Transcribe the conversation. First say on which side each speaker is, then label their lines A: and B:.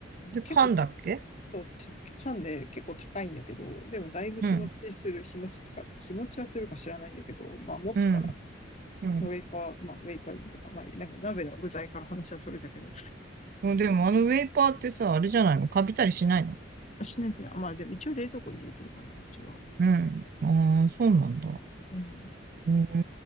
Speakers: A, on the right; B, on the left.
A: で、
B: 結構
A: 缶だっけ
B: そうたピカで結構高いんだけど、でもだいぶ日持ちする、
A: うん、
B: 日持ちつか、日持ちはするか知らないんだけど、まあ持つから、
A: うん、う
B: ウェイパー、まあウェイパーとか、まあなんか鍋の具材から話はそれだけど、
A: ん。でも、あのウェイパーってさ、あれじゃないのカビたりしないの
B: しないしない。まあでも一応冷蔵庫に入れてるかな、うちは。
A: うん。ああ、そうなんだ。
B: うん。
A: うー